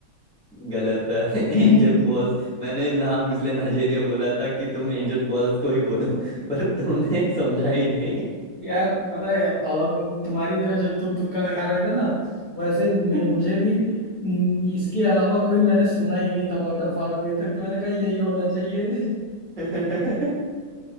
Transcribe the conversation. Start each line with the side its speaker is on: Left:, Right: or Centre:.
Centre: गलत है
Left: <laughs>
Centre: <laughs> Angel falls मैंने नाम इसलिए नाइजेरिया बोला था कि तुम एंजल फॉल्स को ही बोलो <laughs> पर तुमने समझा ही नहीं
Left: यार पता है और मु- तुम्हारी तरह जब तुम तुक्का लगा रहे थे ना वैसे ही मैं
Centre: <laughs>
Left: मुझे भी न, इसके अलावा कोई मैंने सुना ही नहीं था वाटरफॉल अभी तक तो मैंने कहा यही होना चाहिए <laughs>
Centre: सही